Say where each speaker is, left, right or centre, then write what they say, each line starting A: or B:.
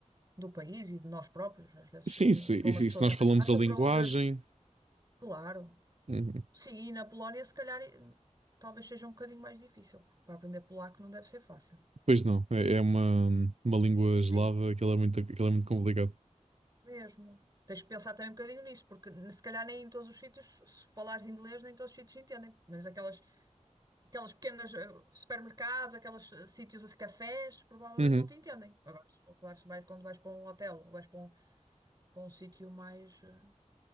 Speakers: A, on the right (about 30°); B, on the right (about 55°).
A: do país e de nós próprios. Às vezes,
B: sim,
A: um-
B: se,
A: para
B: e
A: umas
B: se
A: pessoas
B: e se nós
A: é mais
B: falamos
A: fácil,
B: a linguagem,
A: para outras, claro.
B: uhum.
A: Sim, e na Polónia, se calhar, eh, talvez seja um bocadinho mais difícil, porque para aprender polaco não deve ser fácil.
B: Pois não, é, é uma, uma língua eslava,
A: Sim,
B: aquilo é muito, aquilo é muito complicado.
A: Mesmo. Tens que pensar também um bocadinho nisso, porque ne- se calhar nem em todos os sítios, se falares inglês, nem em todos os sítios entendem. Mas aquelas, aquelas pequenas eh, supermercados, aqueles eh, sítios, assim, cafés, provavelmente
B: Uhum.
A: não te entendem. Agora, se for, claro, se vais, quando vais para um hotel ou vais para um, para um sítio mais, eh,